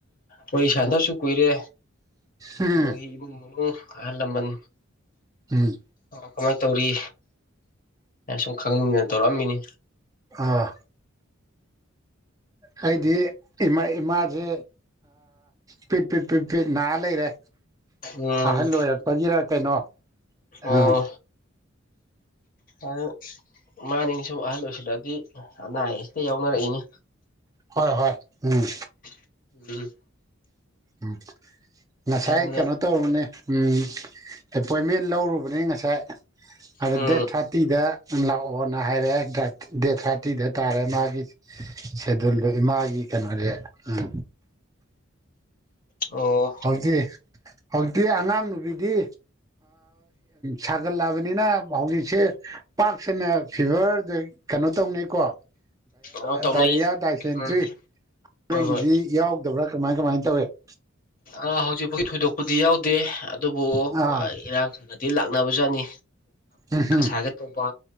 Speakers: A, on the left (about 45°); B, on the right (about 15°).
A: ꯋꯥꯔꯤ ꯁꯥꯟꯗꯕꯁꯨ ꯀꯨꯏꯔꯦ
B: ꯎꯝ
A: ꯏꯅ ꯑꯂꯃꯟ
B: ꯎꯝ
A: ꯀꯃꯥꯏꯅ ꯇꯧꯔꯤ ꯑ ꯁꯨꯝ ꯈꯪꯅꯤꯡꯗꯅ ꯇꯧꯔꯛꯑꯝꯃꯤꯅꯤ
B: ꯑꯥ ꯍꯥꯏꯗꯤ ꯏꯃꯥ ꯏꯃꯥꯁꯦ ꯄꯤꯠ ꯄꯤꯠ ꯄꯠ ꯄꯤꯠ ꯅꯥꯔ ꯂꯩꯔꯦ
A: ꯎꯝ
B: ꯑꯍꯜ ꯑꯣꯏꯔꯛꯄꯒꯤꯔ ꯀꯩꯅꯣ
A: ꯑꯣ
B: ꯎꯝ
A: ꯑꯗꯨ ꯃꯥꯅꯤꯁꯨ ꯑꯍꯜ ꯑꯣꯏꯁꯤꯜꯂꯛꯑꯗꯤ ꯑꯅꯥ ꯑꯌꯦꯛꯁꯤꯗ ꯌꯥꯎꯅꯔꯛꯏꯅꯤ
B: ꯍꯣꯏ ꯍꯣꯏ ꯎꯝ
A: ꯎꯝ
B: ꯎꯝ ꯉꯁꯥꯏ
A: ꯑꯗꯨꯅ
B: ꯀꯩꯅꯣ ꯇꯧꯔꯨꯕꯅꯦ ꯎꯝ ꯑꯦꯄꯣꯏꯟꯃꯦꯟ ꯂꯧꯔꯨꯕꯅꯤ ꯉꯁꯥꯏ ꯑꯗ
A: ꯎꯝ
B: ꯗꯦꯠ ꯊꯥꯔꯇꯤꯗ ꯂꯥꯛꯑꯣꯅ ꯍꯥꯏꯔꯦ ꯗꯦ ꯊꯥꯇꯤꯗ ꯇꯥꯔꯦ ꯃꯥꯒꯤ ꯁꯦꯗꯜꯗ ꯏꯥꯒꯤ ꯀꯩꯅꯣꯔꯦ ꯎꯟ
A: ꯑꯣ
B: ꯍꯧꯖꯤꯛ ꯍꯧꯖꯤꯛꯇꯤ ꯑꯉꯥꯡ ꯅꯨꯕꯤꯗꯤ ꯁꯥꯀꯜ ꯂꯥꯛꯑꯕꯅꯤꯅ ꯍꯧꯖꯤꯛꯁꯦ ꯄꯥꯛꯁꯟꯅ ꯐꯤꯚꯔꯗ ꯀꯩ ꯀꯩꯅꯣ ꯇꯧꯅꯤꯩꯀꯣ
A: ꯀꯩꯅꯣ ꯇꯧꯅꯩ
B: ꯗꯥꯏꯔꯤꯌꯥ ꯗꯥꯏꯁꯦꯟꯇ꯭ꯔꯤ
A: ꯎꯝ
B: ꯑꯩꯈꯣꯏꯒꯤꯗꯤ
A: ꯍꯣꯏ ꯍꯣꯏ
B: ꯌꯥꯎꯗꯕ꯭ꯔꯥ ꯀꯃꯥꯏ ꯀꯃꯥꯏꯅ ꯇꯧꯏ <inaudible>
A: ꯑꯥ ꯍꯧꯖꯤꯛꯐꯥꯎꯗꯤ ꯊꯣꯏꯗꯣꯛꯄꯗꯤ ꯌꯥꯎꯗꯦ ꯗꯦ ꯑꯗꯨꯕꯨ
B: ꯑꯥ
A: ꯏꯔꯥꯡꯅꯗꯤ ꯂꯥꯛꯅꯕ ꯆꯠꯅꯤ
B: ꯎꯝ
A: ꯁꯥ ꯑꯇꯣꯞꯧꯕ